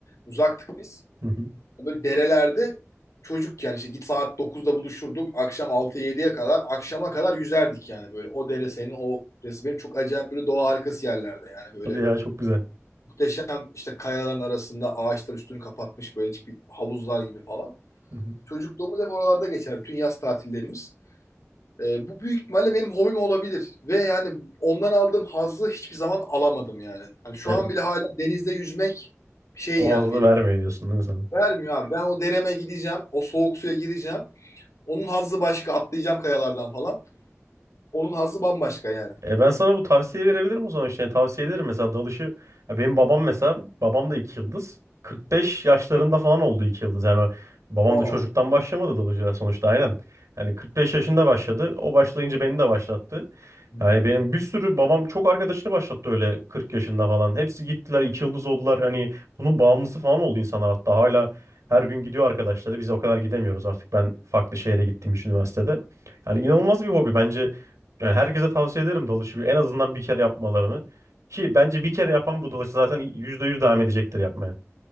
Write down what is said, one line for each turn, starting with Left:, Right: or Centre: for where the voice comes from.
Left: uzaktık biz.
Right: Hı hı.
Left: Böyle derelerde çocukken işte git saat dokuzda buluşurduk. Akşam altı 7ye kadar akşama kadar yüzerdik yani böyle. O dere senin o resmen çok acayip böyle doğa harikası yerlerde yani böyle
Right: Hadi ya çok güzel.
Left: Muhteşem işte kayaların arasında ağaçlar üstünü kapatmış böyle hiçbir havuzlar gibi falan.
Right: Hı hı.
Left: Çocukluğumuz hep oralarda geçer. Bütün yaz tatillerimiz. Ee, bu büyük ihtimalle benim hobim olabilir. Ve yani ondan aldığım hazzı hiçbir zaman alamadım yani. Hani şu
Right: E,
Left: an bile hala denizde yüzmek şey
Right: o
Left: yani
Right: hazzı
Left: benim.
Right: vermiyor diyorsun değil mi sana?
Left: Vermiyor abi. Ben o dereme gideceğim. O soğuk suya gireceğim. Onun hazzı başka. Atlayacağım kayalardan falan. Onun hazzı bambaşka yani.
Right: E ben sana bu tavsiye verebilirim o zaman işte. Yani tavsiye ederim mesela dalışı. Ya benim babam mesela babam da iki yıldız. 45 yaşlarında falan oldu iki yıldız. Yani o- babam
Left: Aa.
Right: da çocuktan başlamadı dalıcıya sonuçta aynen. Yani 45 yaşında başladı. O başlayınca beni de başlattı.
Left: Hı hı.
Right: Yani benim bir sürü babam çok arkadaşını başlattı öyle 40 yaşında falan. Hepsi gittiler iki yıldız oldular. Hani bunun bağımlısı falan oldu insanlar hatta hala her gün gidiyor arkadaşları. Biz o kadar gidemiyoruz artık. Ben farklı şehre gittiğim için üniversitede. Yani inanılmaz bir hobi bence. Yani herkese tavsiye ederim dalışı bir, en azından bir kere yapmalarını. Ki bence bir kere yapan bu dalışı zaten %100 devam edecektir yapmaya.